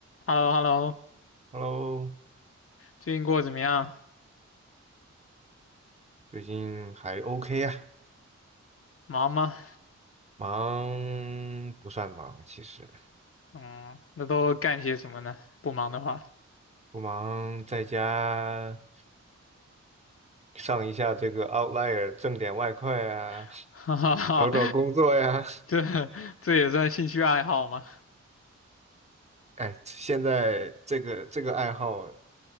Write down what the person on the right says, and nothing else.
Hello，
最近还 OK 啊，
忙不算忙，其实
不忙，在家上一下这个 Outlier，挣点外快啊，
找找工作呀。
哎，现在这个这个爱好